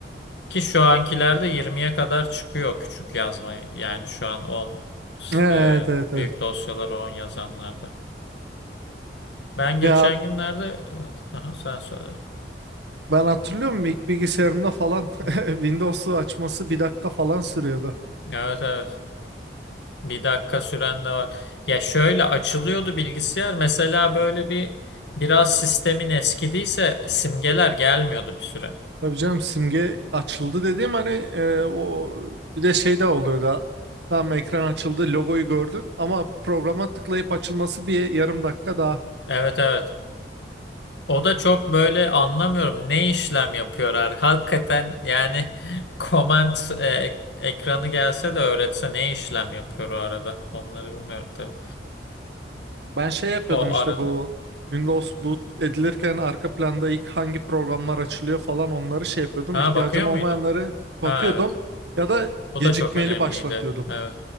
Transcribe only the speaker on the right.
Evet
evet evet.
Ya
ben hatırlıyorum ilk bilgisayarımda falan <laughs>
Windows'u açması bir dakika falan sürüyordu.
Tabii canım simge açıldı dediğim hani e, o bir de şey de oluyordu. Tamam ekran açıldı logoyu gördün ama programa tıklayıp açılması bir yarım dakika daha.
Ben şey yapıyordum
işte
bu Windows boot edilirken arka planda ilk hangi programlar açılıyor falan onları şey yapıyordum.
İhtiyacım
olmayanları
kapatıyordum
ya da
gecikmeli
başlatıyordum.